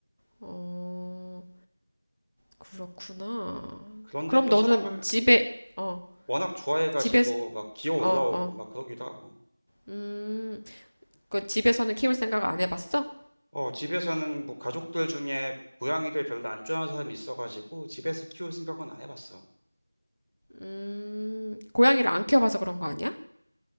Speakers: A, on the left; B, on the right.
A: 어, 그렇구나.
B: 그런데
A: 그럼
B: 또
A: 너는
B: 사람을
A: 집에, 어,
B: 워낙 좋아해가지고
A: 집에,
B: 막 기어 올라오고
A: 어, 어.
B: 막 그러기도 하고.
A: 음, 그 집에서는 키울 생각 안 해봤어?
B: 어, 집에서는 뭐 가족들 중에 고양이를 별로 안 좋아하는 사람이 있어가지고 집에서 키울 생각은 안 해봤어.
A: 음, 고양이를 안 키워봐서 그런 거 아니야?